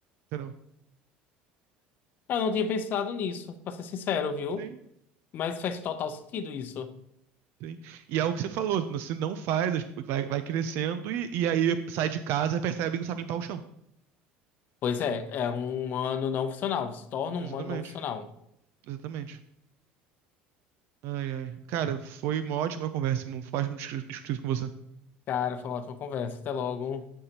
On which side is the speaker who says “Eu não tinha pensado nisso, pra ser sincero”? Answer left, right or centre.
Left